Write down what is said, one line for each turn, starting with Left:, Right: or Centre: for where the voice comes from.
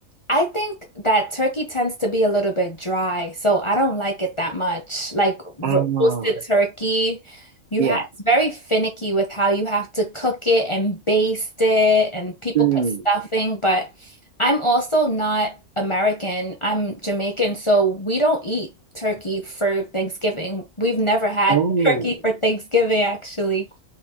Left: I think that turkey tends to be a little bit dry, so I don't like it that much. Like ro
Right: Ah,
Left: roasted turkey, you
Right: yeah.
Left: have it's very finicky with how you have to cook it and baste it, and people
Right: Mm.
Left: put stuffing. But I'm also not American. I'm Jamaican, so we don't eat turkey for Thanksgiving. We've never had
Right: Oh.
Left: <laughs> turkey for Thanksgiving, actually.